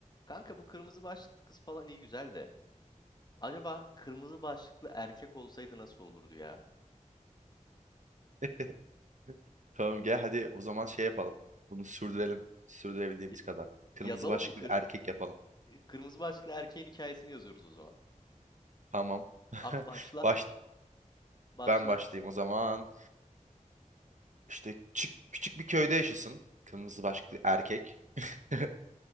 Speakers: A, on the left; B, on the right.
A: Kanka bu kırmızı başlıklı kız falan iyi güzel de. Acaba kırmızı başlıklı erkek olsaydı nasıl olurdu ya?
B: <laughs> Tamam gel hadi o zaman şey yapalım. Bunu sürdürelim. Sürdürebildiğimiz
A: Y-
B: kadar. Kırmızı
A: yazalım
B: başlıklı
A: mı? Kır-
B: erkek yapalım.
A: kırmızı başlıklı erkeğin hikayesini yazıyoruz o zaman.
B: Tamam. <laughs>
A: Abi başla.
B: Baş,
A: Başla.
B: ben başlayayım o zaman. İşte küçük, küçük bir köyde yaşasın. Kırmızı başlıklı erkek. <laughs>